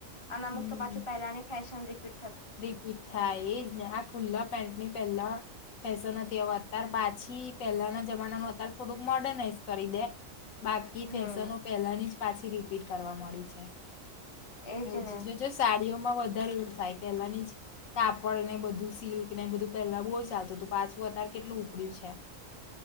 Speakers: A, on the left; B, on the left.
A: અ અમુક
B: હમ
A: તો પાછું પહેલાની ફેશન રિપીટ.
B: રિપીટ થાય એ જ ને? આ ખુલ્લા પેન્ટની પહેલા. નથી. અત્યારે પાછી પહેલાના જમાનાનું અત્યારે થોડુંક મોર્ડર્નાઈઝ કરી દે. બાકી
A: હમ
B: ફેશનો પેલાની જ પાછી રિપીટ કરવા મળી છે.
A: એજ
B: એવું
A: ને
B: જો સાડીઓ વધારે એવું થાય. પેલાની જ કાપડ ને બધું, સિલ્ક ને બધું પેલા બહુ જ. ચાલતું તું. પાછું અત્યારે કેટલું ઉપડ્યું છે.